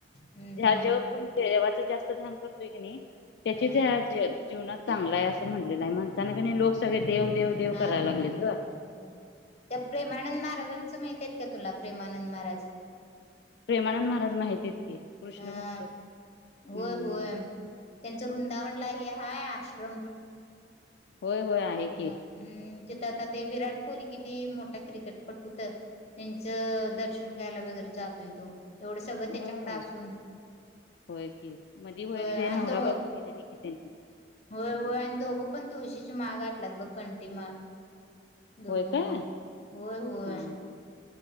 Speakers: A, on the left; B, on the left.
A: हम्म
B: ज्या
A: हम्म
B: जव्हा पण जेव्हाच जास्त ध्यान करतोय की नाही त्याच्याच
A: हम
B: या ज जीवनात चांगला आहे असं म्हटलेलं आहे म्हणताना कणी लोक सगळे देव देव देव
A: हा
B: करायला
A: हा
B: लागलेत
A: होय.
B: ग
A: त्या प्रेमानंद महाराजांचं माहिती आहेत का तुला प्रेमानंद महाराज
B: प्रेमानंद महाराज माहिती आहेत की कृष्ण
A: हा
B: भक्त हम्म.
A: होय होय त्यांचं वृंदावनला हे हाय आश्रम.
B: होय होय आहे.
A: होय
B: की
A: हम् तिथ आता ते विराट कोहली किती मोठा क्रिकेट पट्टूत त्यांचं दर्शन घ्यायला वगैरे जातोय तो एवढं सगळं
B: होय
A: त्याच्याकडे
B: होय
A: असून.
B: होय की मधी होय की
A: आणि
B: नवरा
A: तो
B: बायको गेलेली कि त्यांनी
A: होय होय आणि दोघं पण तुळशीची माळ घातल्यात बघ कंटी माळ. दोघं
B: होय काय
A: पण होय होय.
B: हा हा